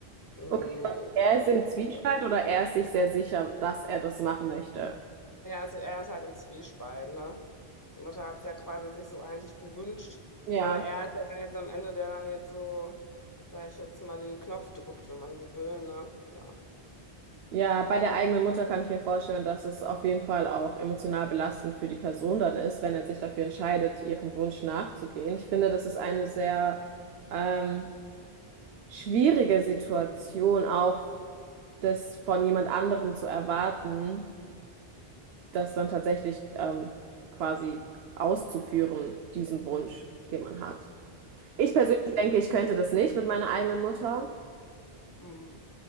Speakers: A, on the left (about 20°); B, on the right (about 80°).
A: Mm,
B: Okay, und er ist im
A: Also
B: Zwiespalt
A: ich glaube,
B: oder er ist sich sehr sicher, dass er das machen möchte?
A: ja, es- er ist halt im Zwiespalt, ne? Die Mutter hat es ja quasi sich so eigentlich gewünscht,
B: Ja.
A: aber er ist ja dann jetzt am Ende, der dann jetzt so, sag ich jetzt mal, den Knopf drückt, wenn man so will, ne? Ja.
B: Ja, bei der eigenen Mutter kann ich mir vorstellen, dass es auf jeden Fall auch emotional belastend für die Person dann ist, wenn er sich dafür entscheidet, ihrem Wunsch nachzugehen. Ich finde, das ist eine sehr ähm, schwierige Situation, auch das von jemand anderem zu erwarten, das dann tatsächlich ähm, quasi auszuführen, diesen Wunsch, den man hat. Ich
A: Mm,
B: persönlich denke, ich könnte das nicht mit meiner eigenen Mutter,
A: mm,